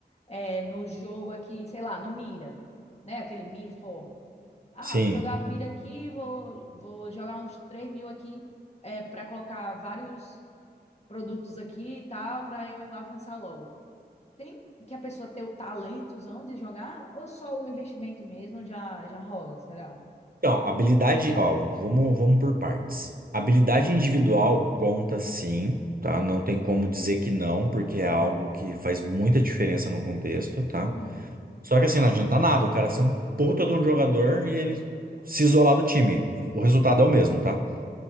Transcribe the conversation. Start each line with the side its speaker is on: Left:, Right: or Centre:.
Left: é, no jogo aqui, sei lá, no Mira, né? Aquele Mir For. Ah,
Right: Sim,
Left: vou jogar Mira aqui, vou, vou jogar uns três mil aqui é, para colocar vários produtos aqui e tal, para eu avançar logo. Tem que a pessoa ter o talentozão de jogar ou só o investimento mesmo já, já rola, será?
Right: Então, habilidade, ó, vamos, vamos por partes. Habilidade individual conta sim, tá? Não tem como dizer que não, porque é algo que faz muita diferença no contexto, tá?
Left: Uhum,
Right: Só que assim, não adianta nada o cara ser um puta de um jogador e ele se isolar do time. O resultado é o mesmo, tá?